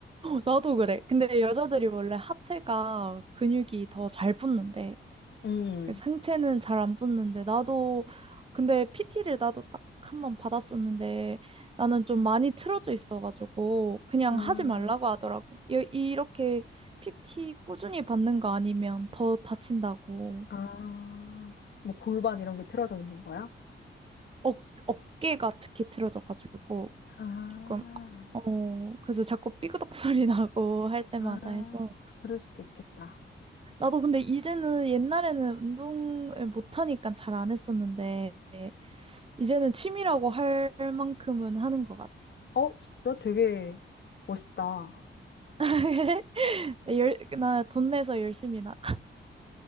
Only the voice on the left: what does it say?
음.
아,
아, 뭐 골반 이런 게 틀어져 있는 거야?
아,
아,
그럴 수도 있겠다.
어, 진짜 되게 멋있다.